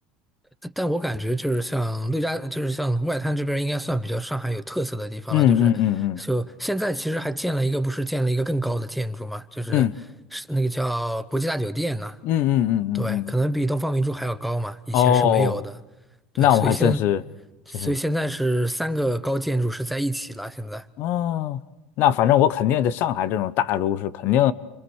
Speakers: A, in the centre; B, on the left (about 45°).
A: 但但我感觉就是像陆家，就是像外滩这边，应该算比较上海有特色的地方了。
B: 嗯嗯嗯
A: 就是就现在其实还建了一个，不是建了一个更高的建筑嘛，就是是那个叫国际大酒店呢。
B: 嗯嗯嗯嗯嗯嗯嗯，
A: 对，
B: 嗯
A: 可能比东方明珠还要高嘛，以前是没有的。
B: 哦，
A: 对，
B: 那我还真是真是
A: 所以现所以现在是三个高建筑是在一起了。现在，
B: 哦，那反正我肯定在上海这种大都市，肯定